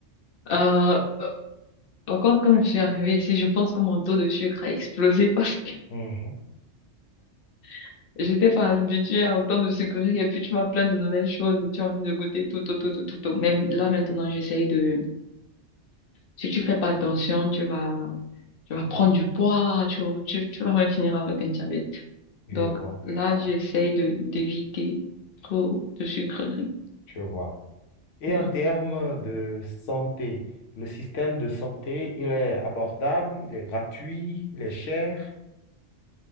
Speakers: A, on the left; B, on the left.
A: Euh, euh, par contre, quand je suis arrivée ici, je pense que mon taux de sucre a explosé parce que
B: Mhm.
A: <laughs> j'étais pas habituée à autant de sucreries et puis tu vois plein de nouvelles choses et tu as envie de goûter tout, tout, tout, tout, tout, tout. Même là, maintenant, j'essaye de, si tu fais pas attention, tu vas, tu vas prendre du poids, tu, tu, tu vas même finir avec un diabète.
B: Je
A: Donc
B: vois,
A: là, j'essaye de, d'éviter trop de sucreries.
B: je vois. Et
A: Mhm.
B: en termes de santé, le système de santé, il est abordable, il est gratuit, il est cher.